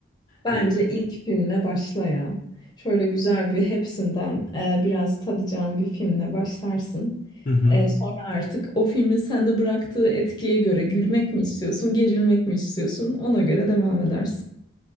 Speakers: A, on the left (about 20°); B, on the left (about 40°).
A: Bence
B: Ee,
A: ilk filmle başla ya. Şöyle güzel bir hepsinden e, biraz tadacağım bir filmle başlarsın.
B: hı hı.
A: E, sonra artık o filmin sende bıraktığı etkiye göre gülmek mi istiyorsun, gerilmek mi istiyorsun ona göre devam edersin.